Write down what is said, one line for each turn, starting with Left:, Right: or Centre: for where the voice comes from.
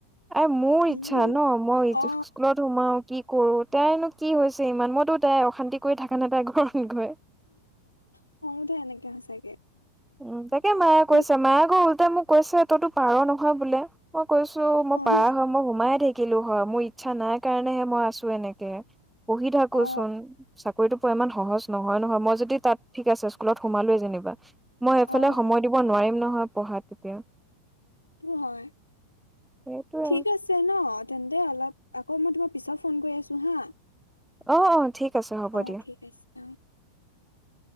Centre: এ, মোৰ
Left: উম
Centre: ইচ্ছা ন' মই
Left: অ
Centre: স্কুলত সোমাও কি কৰোঁ, তাইনো কি হৈছে ইমান, মইতো তাইক অশান্তি কৰি থাকা নাই তাইৰ ঘৰত গৈ।
Left: খং উঠে এনেকে সঁচাকে।
Centre: উ, তাকে মায়ে কৈছে,
Left: ঠিক
Centre: মায়ে আকৌ ওলটাকে মোক কৈছে তইতো পাৰ নহয় বোলে। মই কৈছোঁ মই
Left: উম
Centre: পাৰা হয় মই সোমায়ে থাকিলোঁ হয়, মোৰ ইচ্ছা নাই কাৰণেহে মই আছোঁ এনেকে, পঢ়ি থাকোচোন
Left: অ
Centre: চাক কৰিটো পোৱা ইমান সহজ নহয় নহয়, মই যদি তাত ঠিক আছে স্কুলত সোমালোৱেই যেনিবা মই এইফালে
Left: অ
Centre: সময় দিব নোৱাৰিম নহয় পঢ়াত।
Left: টো হয়,
Centre: সেইটোৱে
Left: ঠিক আছে। তে ন' তেন্তে অলপ আকৌ মই তোমাক পিছত ফোন কৰি আছোঁ হা।
Centre: অ', অ' ঠিক আছে হ'ব
Left: অ',
Centre: দিয়া।
Left: ঠিক আছে। অ